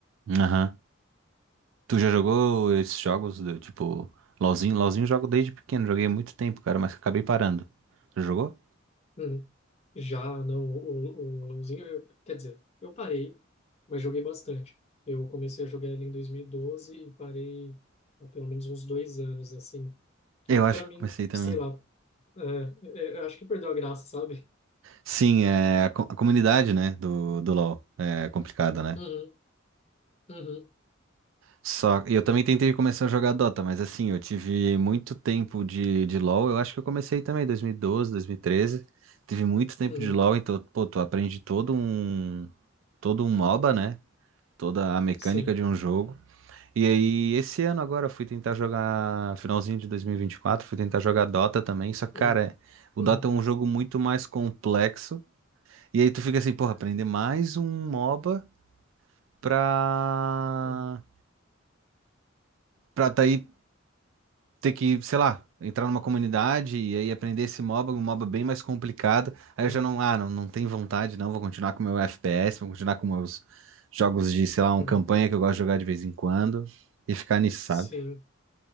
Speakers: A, on the right (about 70°); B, on the left (about 30°).
A: Aham. Tu já jogou esses jogos do tipo LoLzinho? LoLzinho eu jogo desde pequeno, joguei há muito tempo, cara, mas acabei parando. Já jogou?
B: Uhum. Já, não, o, o, o LoLzinho, eu, quer dizer, eu parei, mas joguei bastante. Eu comecei a jogar ele em 2012 e doze e parei há pelo menos uns dois anos, assim que
A: Eu
B: para
A: acho que
B: mim,
A: comecei também.
B: sei lá, É, é, eu acho que perdeu a graça, sabe?
A: Sim, é a, co- a comunidade, né, do, do LoL é complicada, né?
B: Uhum, uhum,
A: Só, eu também tentei começar a jogar Dota, mas assim, eu tive muito tempo de, de LoL. Eu acho que eu comecei também em 2012, 2013. Tive muito tempo
B: uhum,
A: de LoL, então, pô, tu aprende todo um, todo um MOBA, né? Toda a mecânica
B: sim,
A: de um jogo. E aí, esse ano agora, eu fui tentar jogar, finalzinho de 2024, fui tentar jogar Dota também. Só que, cara,
B: uhum,
A: o
B: uhum,
A: Dota é um jogo muito mais complexo. E aí tu fica assim, porra, aprender mais um MOBA pra
B: uhum,
A: pra tá aí ter que, sei lá, entrar numa comunidade e aí aprender esse MOBA, um MOBA bem mais complicado. Aí
B: uhum,
A: eu já não, ah, não, não tenho vontade, não, vou continuar com o meu FPS, vou continuar com meus jogos de, sei lá, uma
B: uhum,
A: campanha que eu gosto de jogar de vez em quando e ficar nisso, sabe?
B: sim,